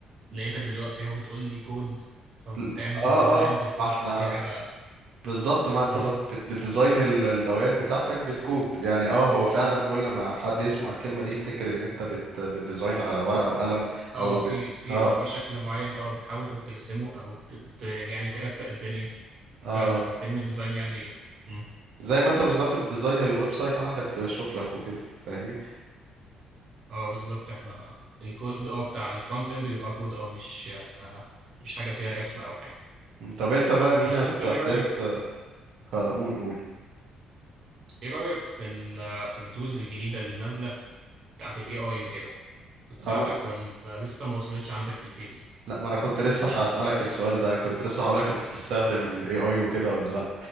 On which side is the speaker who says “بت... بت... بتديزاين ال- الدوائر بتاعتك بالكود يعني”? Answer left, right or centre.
Right